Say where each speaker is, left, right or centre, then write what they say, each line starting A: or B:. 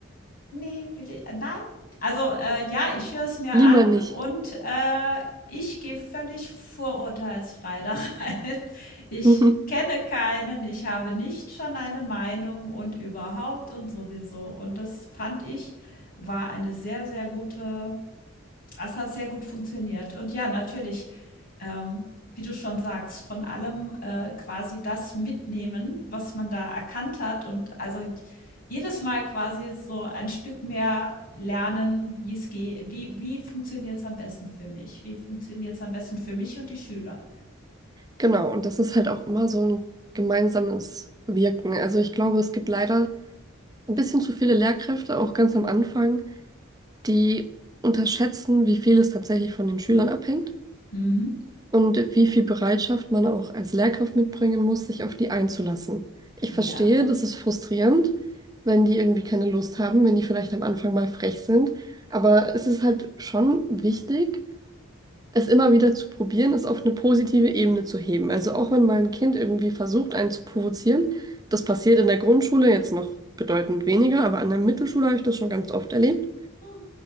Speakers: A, on the left; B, on the right.
A: Ne, will i nein. Also, äh, ja, ich höre es mir
B: Lieber
A: an
B: nicht.
A: und, äh, ich gehe völlig vorurteilsfrei da rein. <laughs> Ich
B: <laughs>
A: kenne keinen, ich habe nicht schon eine Meinung und überhaupt und sowieso. Und das fand ich, war eine sehr, sehr gute es hat sehr gut funktioniert. Und ja, natürlich, ähm, wie du schon sagst, von allem äh, quasi das mitnehmen, was man da erkannt hat. Und also jedes Mal quasi so ein Stück mehr lernen, wie es geht, wie, wie funktioniert es am besten für mich? Wie funktioniert es am besten für mich und die Schüler?
B: Genau, und das ist halt auch immer so ein gemeinsames Wirken. Also ich glaube, es gibt leider ein bisschen zu viele Lehrkräfte, auch ganz am Anfang, die unterschätzen, wie viel es tatsächlich von den Schülern abhängt
A: Mhm.
B: und wie viel Bereitschaft man auch als Lehrkraft mitbringen muss, sich auf die einzulassen. Ich
A: Ja.
B: verstehe, das ist frustrierend, wenn die irgendwie keine Lust haben, wenn die vielleicht am Anfang mal frech sind, aber es ist halt schon wichtig, es immer wieder zu probieren, es auf eine positive Ebene zu heben. Also auch wenn mal ein Kind irgendwie versucht, einen zu provozieren, das passiert in der Grundschule jetzt noch bedeutend weniger, aber an der Mittelschule habe ich das schon ganz oft erlebt.
A: Hm.